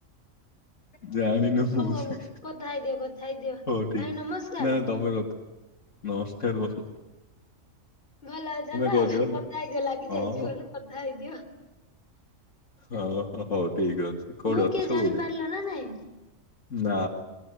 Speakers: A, on the left; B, on the left.
A: ଜାଣିନି ମୁଁବି
B: ହଉ ହଉ କଥା ହେଇଦିଅ କଥା ହେଇଦିଅ।
A: ହଉ ଠିକ
B: ଭାଇ ନମସ୍କାର
A: ନା ତମେ କଥା ନମସ୍କାର ବଧୁ।
B: ଭଲ ଅଛ ତ
A: କହିଦିଅ ହେଲା
B: କଥା ହେଇଦିଅ ଲାଗି
A: ହଁ
B: ଯାଇଛି ଭଲ କଥା ହେଇଯିବ
A: ହ ହ ହଉ ଠିକ ଅଛି। କୋଉଠି
B: ମୁଁ
A: ଅଛ
B: କିଏ ଜାଣି
A: କୋଉଠି
B: ପାରିଲ ନା ନାଇଁ?
A: ନା